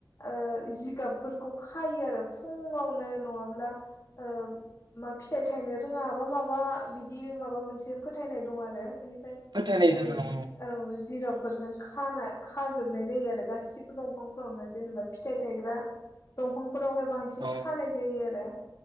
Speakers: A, on the left; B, on the right.
A: ओ जिगाबफोरखौ खायो आरो फुङावनो नङाब्ला ओ मा फिथाइ थायनो रोङा बा माबा बिदि माबा मोनसे फोथायनाय दं आरो बेनिफ्राय
B: फोथायनाय
A: ओ
B: दङ औ
A: औ जिगाब फोरजों खाना खाजोबनाय जायो आरो गासिब बो दंफांफोरावनो जेनेबा फिथाइ थायग्रा दंफां फोरावहाय बांसिन
B: औ
A: खानाय जायो आ दा